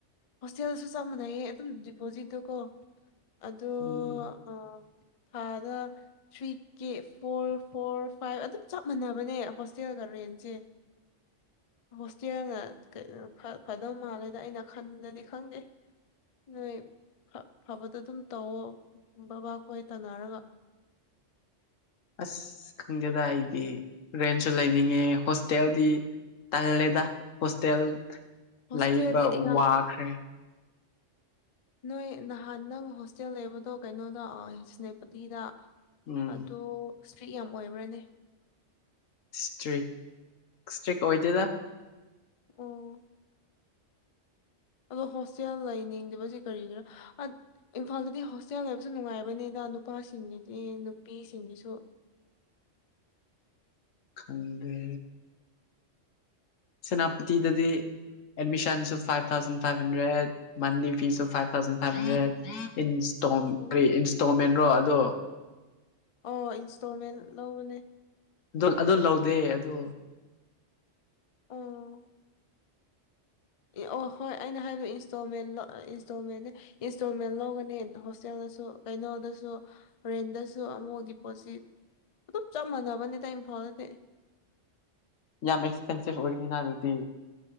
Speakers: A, on the left (about 60°); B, on the left (about 80°).
A: ꯍꯣꯁꯇꯦꯜꯁꯨ ꯆꯞ ꯃꯥꯟꯅꯩꯌꯦ ꯑꯗꯨꯝ ꯗꯤꯄꯣꯖꯤꯠꯇꯣ ꯀꯣ ꯑꯗꯣ
B: ꯎꯝ
A: ꯑ ꯊꯥꯗ three K four four five ꯑꯗꯨꯝ ꯆꯞ ꯃꯥꯟꯅꯕꯅꯦ ꯍꯣꯁꯇꯦꯜꯒ ꯔꯦꯟꯁꯦ ꯍꯣꯁꯇꯦꯜꯅ ꯀꯩꯅꯣ ꯈꯔ ꯐꯗꯧ ꯃꯥꯜꯂꯦꯗ ꯑꯩꯅ ꯈꯟꯕꯗꯗꯤ ꯈꯪꯗꯦ ꯅꯣꯏ ꯐ ꯐꯕꯗꯣ ꯑꯗꯨꯝ ꯇꯧꯋꯣ ꯕꯥꯕꯥ ꯈꯣꯏ ꯇꯥꯟꯅꯔꯒ
B: ꯑꯁ ꯈꯪꯗꯦꯗ ꯑꯩꯗꯤ ꯔꯦꯟꯁꯨ ꯂꯩꯅꯤꯡꯉꯦ ꯍꯣꯁꯇꯦꯜꯗꯤ ꯇꯜꯂꯦꯗ ꯍꯣꯁꯇꯦꯜ
A: ꯍꯣꯁꯇꯦꯜꯗꯤ
B: ꯂꯩꯕ
A: ꯑꯩ ꯌꯥꯝ
B: ꯋꯥꯈ꯭ꯔꯦ
A: ꯅꯣꯏ ꯅꯍꯥꯟ ꯅꯪ ꯍꯣꯁꯇꯦꯜ ꯂꯩꯕꯗꯣ ꯀꯩꯅꯣꯗꯣ ꯑ ꯏꯁꯅꯦꯄꯇꯤꯗ
B: ꯎꯝ
A: ꯑꯗꯣ ꯏꯁꯇ꯭ꯔꯤꯛ ꯌꯥꯝ ꯑꯣꯏꯕ꯭ꯔꯥꯅꯦ
B: ꯏꯁꯇ꯭ꯔꯤꯛ ꯏꯁꯇ꯭ꯔꯤꯛ ꯑꯣꯏꯗꯦꯗ
A: ꯑꯣ ꯑꯗꯣ ꯍꯣꯁꯇꯦꯜ ꯂꯩꯅꯤꯡꯗꯕꯁꯦ ꯀꯔꯤꯒꯤꯔ ꯑꯠ ꯏꯝꯐꯥꯜꯗꯗꯤ ꯍꯣꯁꯇꯦꯜ ꯂꯩꯕꯁꯨ ꯅꯨꯡꯉꯥꯏꯕꯅꯤꯗ ꯅꯨꯄꯥꯁꯤꯡꯒꯤꯗꯤ ꯅꯨꯄꯤꯁꯤꯡꯒꯤꯁꯨ
B: ꯈꯪꯗ꯭ꯔꯦ ꯁꯦꯅꯥꯄꯇꯤꯗꯗꯤ ꯑꯦꯗꯃꯤꯁꯟꯁꯨ ꯐꯥꯏꯚ ꯊꯥꯎꯖꯟ ꯐꯥꯏꯚ ꯍꯟꯗ꯭ꯔꯦꯠ ꯃꯟꯂꯤ ꯐꯤꯁꯨ ꯐꯥꯏꯚ ꯊꯥꯎꯖꯟ ꯐꯥꯏꯚ ꯍꯟꯗ꯭ꯔꯦꯗ ꯏꯟꯁꯇꯣꯝ
A: ꯑꯣ
B: ꯀꯔꯤ ꯏꯟꯁꯇꯣꯜꯃꯦꯟꯔꯣ ꯑꯗꯣ
A: ꯑꯣ ꯏꯟꯁꯇꯣꯜꯃꯦꯟ ꯂꯧꯕꯅꯦ
B: ꯗꯣ ꯑꯗꯣ ꯂꯧꯗꯦ ꯑꯗꯣ
A: ꯑꯣ ꯑꯦ ꯑꯣ ꯍꯣꯏ ꯑꯩꯅ ꯍꯥꯏꯕ ꯏꯟꯁꯇꯣꯜꯃꯦꯟꯂꯣ ꯑ ꯏꯟꯁꯇꯣꯜꯃꯦꯟꯅꯦ ꯏꯟꯁꯇꯣꯜꯃꯦꯟ ꯂꯧꯕꯅꯦ ꯍꯣꯁꯇꯦꯜꯗꯁꯨ ꯀꯩꯅꯣꯗꯁꯨ ꯔꯦꯟꯗꯁꯨ ꯑꯃꯨꯛ ꯗꯤꯄꯣꯠꯖꯤꯠ ꯑꯗꯨꯝ ꯆꯞ ꯃꯥꯟꯅꯕꯅꯤꯗ ꯏꯝꯐꯥꯜꯗꯗꯤ
B: ꯌꯥꯝ ꯑꯦꯛꯁꯄꯦꯟꯁꯤꯞ ꯑꯣꯏꯒꯅꯤꯅ ꯑꯗꯨꯗꯤ